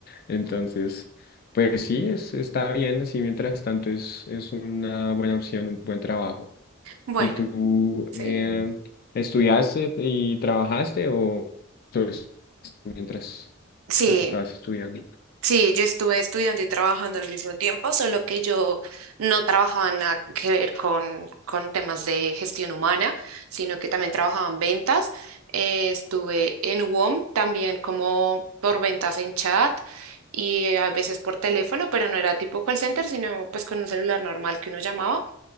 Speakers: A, on the left (about 45°); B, on the right (about 80°).
A: Entonces... Pues sí, es, está bien, así mientras tanto es, es una buena opción, un buen trabajo.
B: Bueno,
A: ¿Y tú
B: sí.
A: eh, estudiaste y trabajaste o solo es- mientras,
B: Sí,
A: mientras estabas estudiando?
B: Sí, yo estuve estudiando y trabajando al mismo tiempo, solo que yo no trabajaba nada que ver con, con temas de gestión humana, sino que también trabajaba en ventas. Eh, estuve en WOM también como por ventas en chat y a veces por teléfono, pero no era tipo call center, sino pues con un celular normal que uno llamaba.